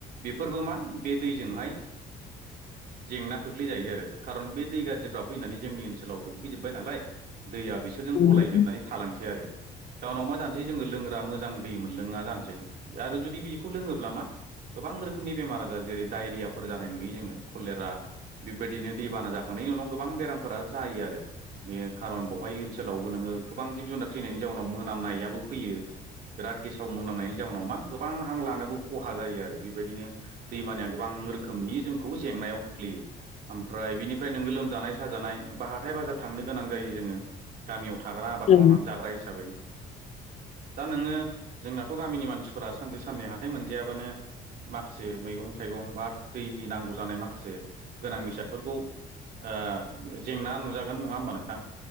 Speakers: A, on the right (about 60°); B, on the left (about 40°).
A: बेफोरबो मा बे दैजोंहाय जेंना खोख्लैजायो आरो खारन बे दै गाज्रिफ्रा फैनानै जोंनि ओनसोलाव लोमफैजोब्बाय नालाय दैया बिसोरजों
B: औ नोंथां औ नोंथां। औ
A: गलायजोबनानै
B: नोंथां।
A: थालांसै आरो जउनाव मा जानोसै जोंङो लोंग्रा मोजां दै मोन लोंङा गानसै आरो जुदि बेखौ लोंङोब्ला मा गोबां रोखोमनि बेमार आजार जेरै डायरियाफोर जानाय नुयो जोंङो कलेरा बेबायदिनो दैबाना जाखांनायनि उनाव गोबां बेरामफोरा जायो आरो। बे खारन बावहाय ओनसोलावबो नोंङो गोबां जिब जुनार थैनायनि जाउनाव मोनामनायाबो फैयो। बिराद गेसाव मोनामनायनि जाउनाव मा गोबांहां लानोबो खहा जायो आरो। बेबायदिनो दैबानाया गोबां रोखोमनि जोंखौ जेंनायाव खोख्लैयो। ओमफ्राय बिनिफ्राय नोंङो लोमजानाय साजानाय बा हाथाय बाजार थांनो गोनां जायो जोंङो। गामियाव थाग्रा आबाद
B: औ
A: मावनानै जाग्रा हिसाबै दा नोंङो जोंनाथ' गामिनि मानसिफोरा सानसे साननै हाथाइ मोनजायाबानो माखासे मैगं थाइगं बा दैलि नांगौ जानाय माखासे गोनां बेसादफोरखौ ओ जेंना नुजागोन नंङा होमबा नोंथां